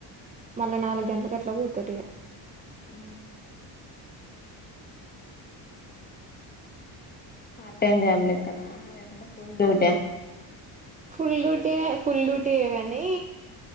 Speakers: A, on the right; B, on the left.
A: మళ్ళా నాలుగు గంటలలకు అట్లా పోత తుటిగా
B: అ పార్ట్ టైం జాబ్ లెక్కన లేకపోతే ఫుల్ డ్యూట
A: ఫుల్ డ్యూటీనే ఫుల్ డ్యూటీ కాగానీ